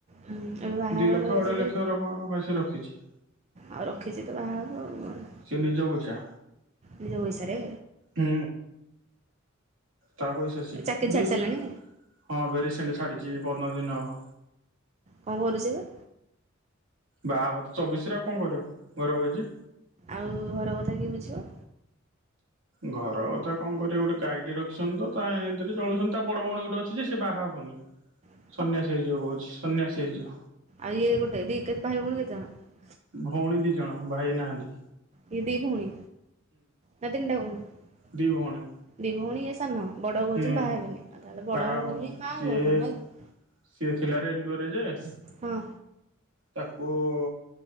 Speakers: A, on the right; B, on the right.
A: ହୁଁ ଏବେ ବାହାଘର
B: ଦି ଲକ୍ଷ
A: ହେଇଛି
B: ଅଢେଇ ଲକ୍ଷ
A: ଯୋଉ
B: ର କଣ <unintelligible> ରଖିଛି।
A: ଆଉ ରଖିଛି ତ ବାହାହବ ଆଉ କଣ।
B: ସେ ନିଜ ପଇସା।
A: ନିଜ ପଇସାରେ
B: ହୁଁ। ତା ପଇସା ସିଏ।
A: ଚାକିରି
B: ଦିଲୁ
A: ଛାଡ଼ି ସାରିଲାଣି
B: ହଁ, ଏବେ ରିସେଣ୍ଟ ଛାଡିଛି ପନ୍ଦର ଦିନ ହବ।
A: କଣ କରୁଛି ଏବେ?
B: ବାହାହବ ତ ଚବିଶ ରେ, ଆଉ କଣ କରିବ? ଘରେ ବଇଚି।
A: ଆଉ ଘର କଥା କିଏ ବୁଝିବ?
B: ଘର କଥା କଣ କରିବା, ଗୋଟେ ଗାଇଟେ ରଖିଛନ୍ତି ତ, ତା ଏଇଁଥିରେ ଚଳଉଛନ୍ତି। ତା ବଡ଼ ଭଉଣୀ ଗୋଟେ ଅଛି ଯେ, ସେ ବାହା ହବନି।
A: ହଁ।
B: ସନ୍ନ୍ୟାସୀ ହେଇଯିବ କହୁଛି। ସନ୍ନ୍ୟାସୀ ହେଇ ଯିଅ।
A: ଆଉ, ଗୋଟେ ଦେଇ କେତ୍ ଭାଇ ଭଉଣୀ କେତେ ଜଣ?
B: ଭଉଣୀ ଦି ଜଣ, ଭାଇ ନାହାଁନ୍ତି।
A: ଇଏ ଦି ଭଉଣୀ! ନା ତିନ୍ ଟା ଭଉଣୀ।
B: ଦି ଭଉଣୀ
A: ଦି ଭଉଣୀ ଇଏ ସାନ, ବଡ କହୁଛି,
B: ହୁଁ
A: ମୁଁ ବାହା ହେବନି। ଆଉ ତା, ହେଲେ ବଡ
B: ବାହା ହବନି
A: ଭଉଣୀ ମା
B: ସିଏ
A: ଆଉ କଣ, ନାଇକି
B: ସିଏ ଥିଲା, ରେଲୱେୟରେ ଯେ
A: ହଁ
B: ତାକୁ-ଉ